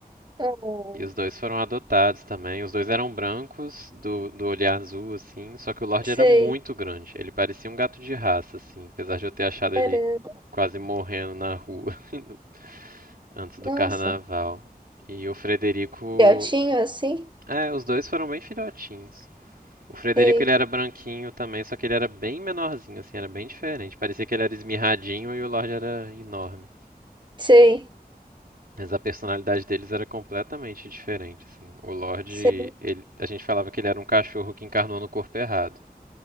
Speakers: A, on the right (about 30°); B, on the right (about 70°).
A: Oh,
B: E os dois foram adotados também. Os dois eram brancos, do, do olhar azul, assim. Só que o Lorde
A: sei.
B: era muito grande. Ele parecia um gato de raça, assim. Apesar de eu ter achado ele
A: Caramba.
B: quase morrendo na rua <laughs> antes do
A: Nossa.
B: carnaval. E o Frederico.
A: Filhotinho assim?
B: É, os dois foram bem filhotinhos. O Frederico
A: Sei.
B: ele era branquinho também, só que ele era bem menorzinho, assim, era bem diferente. Parecia que ele era esmirradinho e o Lorde era enorme.
A: Sei.
B: Mas a personalidade deles era completamente diferente, assim. O Lorde,
A: Sei.
B: ele- a gente falava que ele era um cachorro que encarnou no corpo errado.